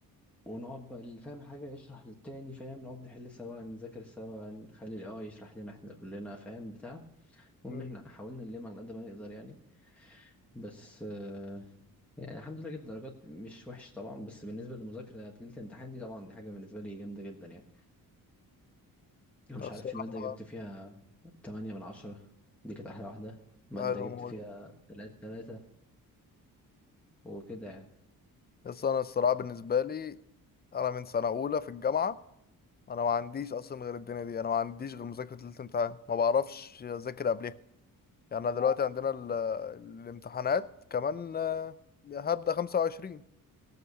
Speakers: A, in the centre; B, on the left.
A: ونقعد بقى اللي فاهم حاجة يشرح للتاني فاهم نقعد نحل سوا نذاكر سوا نخلي الاي اي يشرح لنا احنا كلنا فاهم بتاع ومن
B: أمم.
A: هنا حاولنا نلم على قد ما نقدر يعني بس آه، يعني الحمد ليله جبت درجات مش وحش طبعا بس بالنسبة للمذاكرة ليلة الامتحان دي طبعا دي حاجة بالنسبة لي جامدة جدا يعني انا مش
B: الصراحة
A: عارف في مادة جبت فيها تمانية من عشرة دي كانت احلى واحدة مادة
B: ده حلو
A: جبت
B: موت
A: فيها تلاتة تلاتة وكده يعني
B: بس انا الصراحة بالنسبة لي انا من سنة اولى في الجامعة انا ما عنديش اصلا غير الدنيا دي انا ما عنديش غير مذاكرة ليلة الامتحان ما بعرفش اذاكر قبلها يعني انا دلوقتي عندنا ال... الامتحانات كمان آه، هبدأ 25